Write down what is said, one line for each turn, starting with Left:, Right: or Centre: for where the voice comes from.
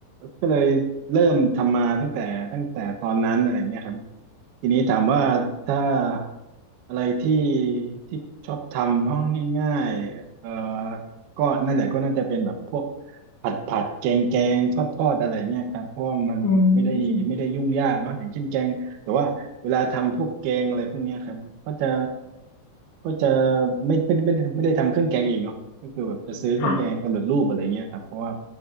Right: ก็เลยเริ่มทำมาตั้งแต่ตั้งแต่ตอนนั้นอะไรเงี้ยครับทีนี้ถามว่าถ้าอะไรที่ที่ชอบทำเนาะง่ายๆเอ่อก็นั่นแหละก็น่าจะเป็นแบบพวก ผัดผัดแกงแกงทอดทอดอะไรเงี้ยครับเพราะว่ามันไม่ได้ไม่ได้ยุ่งยากเนาะอย่างเช่นแกงแต่ว่าเวลาทำพวกแกงอะไรพวกเนี้ยครับก็จะ
Left: อืม
Right: ก็จะไม่เป็นไม่ไม่ได้ทำเครื่องแกงเองเนาะก็คือแบบจะซื้อเครื่องแกงสำเร็จรูปอะไรเงี้ยครับเพราะว่า
Left: ค่ะ